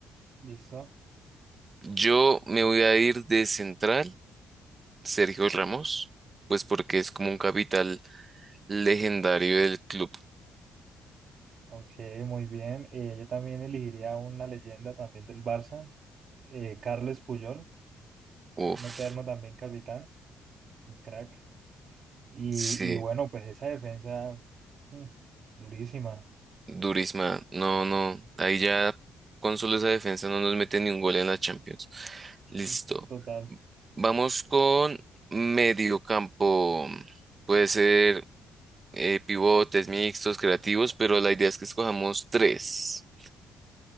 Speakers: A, on the right (about 55°); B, on the right (about 35°).
A: ¿Listo?
B: Yo me voy a ir de central, Sergio Ramos, pues porque es como un capital legendario del club.
A: Ok, muy bien. Eh, yo también elegiría una leyenda también del Barça, eh, Carles Puyol,
B: Uf,
A: un eterno también capitán, un crack. Y,
B: sí,
A: y bueno, pues esa defensa mm, durísima,
B: durísima. No, no, ahí ya con solo esa defensa no nos mete ni un gol en la Champions. Listo.
A: mm, total.
B: Vamos con medio campo. Puede ser eh, pivotes, mixtos, creativos, pero la idea es que escojamos tres.